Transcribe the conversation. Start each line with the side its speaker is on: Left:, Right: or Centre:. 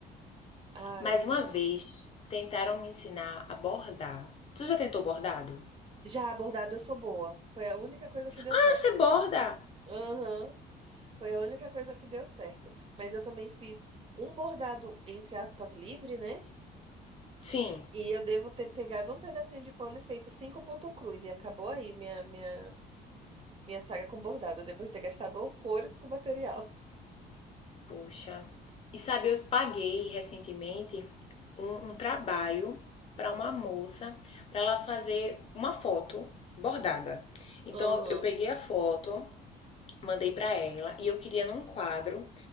Right: Ai,
Left: Mais
Right: cara.
Left: uma vez tentaram me ensinar a bordar. Tu já tentou bordado?
Right: Já abordado eu sou boa. Foi a única coisa que deu
Left: Você
Right: certo.
Left: borda?
Right: Uhum. Foi a única coisa que deu certo. Mas eu também fiz um bordado, entre aspas, livre, né?
Left: Sim.
Right: E eu devo ter pegado um pedacinho de pano e feito cinco ponto cruz. E acabou aí minha, minha, minha saga com bordado, depois de ter gastado horrores com material.
Left: Poxa. E sabe, eu paguei recentemente um, um trabalho para uma moça, para ela fazer uma foto bordada. Então,
Right: <laughs> Aham,
Left: eu peguei a foto, mandei para ela e eu queria num quadro